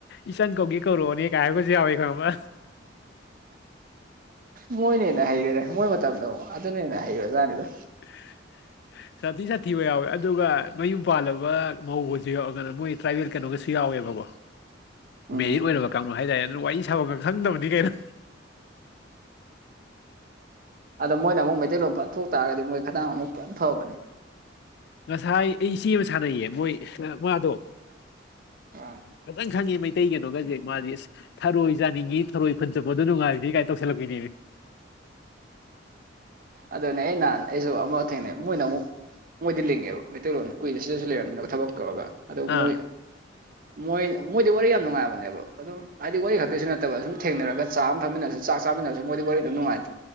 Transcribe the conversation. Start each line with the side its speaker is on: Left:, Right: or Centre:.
Left: ꯏꯆꯟ ꯀꯧꯒꯦ ꯀꯧꯔꯛꯑꯣꯅꯦ ꯀꯥꯏꯍꯒꯁꯨ ꯌꯥꯕꯩ ꯀꯕ
Right: ꯃꯣꯏꯣꯏꯅꯦꯅ ꯍꯥꯏꯩꯒꯔꯦ ꯊꯃꯣꯏ ꯃꯇꯝꯗ ꯑꯃ ꯑꯗꯨꯅꯦꯅ ꯍꯩꯔ ꯖꯥꯠꯅꯤꯗꯣ
Left: <unintelligible> ꯁꯥꯊꯤ ꯁꯥꯊꯤꯕ ꯌꯥꯎꯋꯦ ꯑꯗꯨꯒ ꯃꯌꯨꯝ ꯄꯥꯜꯂꯕ ꯃꯧꯒꯁꯨ ꯌꯥꯎꯔꯒꯅ ꯃꯣꯏ ꯇ꯭ꯔꯥꯏꯕꯦꯜ ꯀꯩꯅꯣꯒ ꯌꯥꯎꯋꯦꯕꯀꯣ
Right: ꯎꯝ
Left: ꯃꯦꯔꯤꯠ ꯑꯣꯏꯅꯔꯕ ꯀꯥꯡꯕꯨ ꯍꯥꯏꯇꯥꯔꯦ ꯑꯗꯨ ꯋꯥꯔꯤ ꯁꯥꯕꯒ ꯈꯪꯗꯕꯗꯤ ꯀꯩꯅꯣ
Right: ꯑꯗꯣ ꯃꯣꯏꯅ ꯑꯃꯨꯛ ꯃꯩꯇꯩ ꯂꯣꯝ ꯐꯟ ꯊꯣꯛ ꯇꯥꯔꯒꯗꯤ ꯃꯣꯏ ꯈꯗꯥꯡ ꯑꯃꯨꯛ ꯐꯅ ꯐꯕꯅꯤ
Left: ꯉꯁꯥꯏ ꯑꯩ ꯏꯆꯦ ꯑꯃ ꯁꯥꯟꯅꯩꯌꯦ ꯃꯣꯏ ꯃꯥꯗꯣ
Right: ꯎꯝ
Left: ꯐꯖꯪ ꯈꯪꯉꯦ ꯃꯩ ꯑꯇꯩ ꯀꯩꯅꯣꯒꯁꯦ ꯃꯥꯗꯤ ꯑꯁ ꯊꯔꯣꯏ ꯆꯥꯅꯤꯡꯉꯤ ꯊꯔꯣꯏ ꯈꯨꯟ ꯆꯠꯄꯗꯣ ꯅꯨꯡꯉꯥꯏꯔꯤꯅꯤ ꯀꯥꯏ ꯇꯧꯁꯤꯜꯂꯛꯄꯅꯦ
Right: ꯑꯗꯨꯅꯦ ꯑꯩ ꯅꯍꯥꯟ ꯑꯩꯁꯨ ꯑꯃ ꯊꯦꯡꯅ ꯃꯣꯏꯅ ꯑꯃꯨꯛ ꯃꯣꯏꯗꯤ ꯂꯤꯡꯉꯦꯕ ꯃꯩꯇꯩꯂꯣꯟ ꯀꯨꯏꯅ ꯁꯤꯗꯁꯨ ꯂꯩꯔꯕꯝꯅꯤꯅ ꯊꯕꯛ ꯇꯧꯔꯒ ꯑꯗꯣ
Left: ꯑꯥ
Right: ꯃꯣꯏ ꯃꯣꯏ ꯃꯣꯏꯗꯤ ꯋꯥꯔꯤ ꯌꯥꯝ ꯅꯨꯡꯉꯥꯏꯕꯅꯦꯕ ꯑꯗꯨꯝ ꯍꯥꯏꯗꯤ ꯋꯥꯔꯤ ꯈꯛꯇꯁꯨ ꯅꯠꯇꯕ ꯁꯨꯝ ꯊꯦꯡꯅꯔꯒ ꯆꯥꯝ ꯑꯃ ꯊꯛꯃꯤꯟꯅꯁꯨ ꯆꯥꯛ ꯆꯝꯕꯤꯅꯔꯦ ꯃꯣꯏ ꯋꯥꯔꯤꯅꯨꯉꯥꯏ